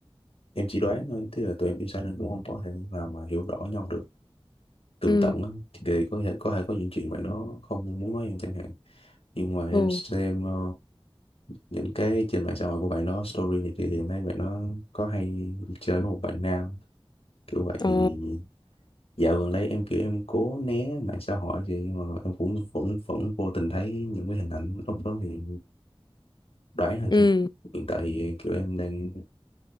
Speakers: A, on the left; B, on the left.
A: em chỉ đoán thôi thế là tụi em yêu xa nên cũng không có thể nào mà hiểu rõ nhau được tường
B: Ừ
A: tận á thì có thể có thể có những chuyện bạn đó không muốn nói em chẳng hạn nhưng mà em
B: ồ
A: xem ờ, những cái trên mạng xã hội của bạn đó story này kia thì em thấy bạn đó có hay chơi với một bạn nam kiểu vậy thì
B: Ồ
A: dạo gần đây em kiểu em cố né mạng xã hội thì nhưng mà em cũng vẫn vẫn vô tình thấy những cái hình ảnh lúc đó thì đoán là
B: Ừ
A: chứ hiện tại thì kiểu em đang